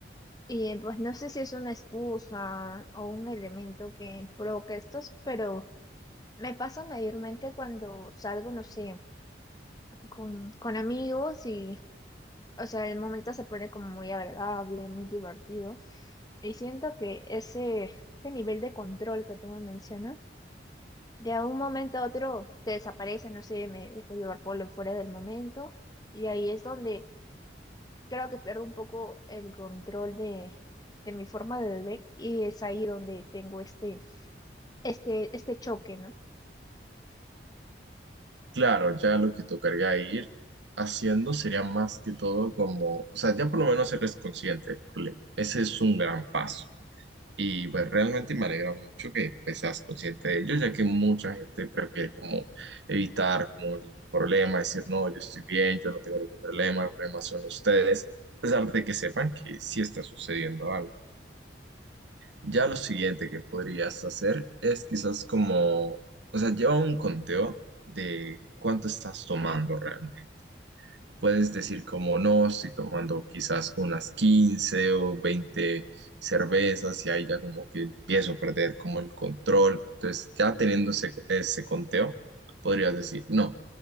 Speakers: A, on the left; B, on the right.
A: Y pues no sé si es una excusa o un elemento que provoca estos, pero Me pasa mayormente cuando salgo, no sé, con, con amigos y, o sea, el momento se pone como muy agradable, muy divertido. Y siento que ese, ese nivel de control que tú me mencionas, de un momento a otro se desaparece, no sé, me dejo llevar por lo fuera del momento. Y ahí es donde creo que pierdo un poco el control de, de mi forma de beber y es ahí donde tengo este, este, este choque, ¿no?
B: Claro, ya lo que tocaría ir haciendo sería más que todo como, o sea, ya por lo menos eres consciente del problema. Ese es un gran paso. Y pues realmente me alegra mucho que pues, seas consciente de ello, ya que mucha gente prefiere como evitar como el problema, decir, no, yo estoy bien, yo no tengo ningún problema, el problema son ustedes, a pesar de que sepan que sí está sucediendo algo. Ya lo siguiente que podrías hacer es quizás como, o sea, lleva un conteo de cuánto estás tomando realmente. Puedes decir como no, estoy tomando quizás unas 15 o 20 cervezas y ahí ya como que empiezo a perder como el control. Entonces ya teniendo ese, ese conteo, podrías decir, no,